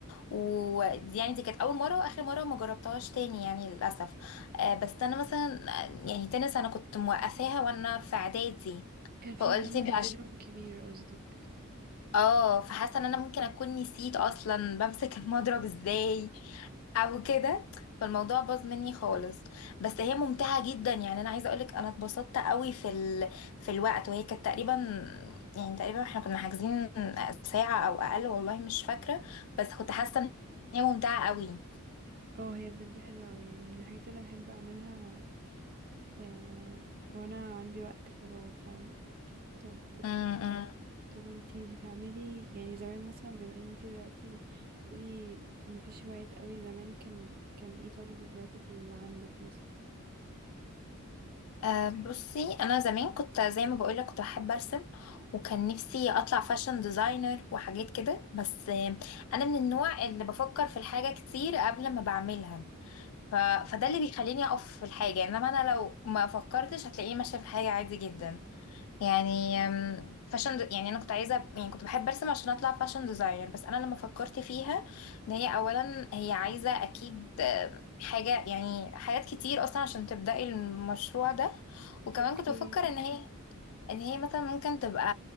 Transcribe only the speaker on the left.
ودي يعني دي كانت اول مره واخر مره ما جربتهاش تاني يعني للاسف آه، بس انا مثلا آه، يعني تنس انا كنت موقفاها وانا في اعدادي
فقلت
مش عش...
اه فحاسه ان انا ممكن اكون نسيت اصلا بمسك المضرب ازاي او كده فالموضوع باظ مني خالص بس هي ممتعه جدا يعني انا عايزه اقولك انا اتبسطت قوي في ال... في الوقت وهي كانت تقريبا يعني تقريبا احنا كنا حاجزين ساعه او اقل والله مش فاكره بس كنت حاسه ان هي ممتعه قوي
م- م.
أه بصي انا زمان كنت زي ما بقولك كنت بحب ارسم وكان نفسي اطلع فاشن ديزاينر وحاجات كده بس آه، انا من النوع اللي بفكر في الحاجه كتير قبل ما بعملها ف... فده اللي بيخليني اقف في الحاجه انما انا لو ما فكرتش هتلاقيني ماشيه في الحاجه عادي جدا يعني أم، فاشن د- يعني انا كنت عايزه يعني كنت بحب ارسم عشان اطلع فاشن ديزاينر بس انا لما فكرت فيها ان هي اولا هي عايزه اكيد آم، حاجه يعني حاجات كتير اصلا عشان تبداي المشروع ده وكمان
كنت بفكر ان هي ان هي مثلا ممكن تبقى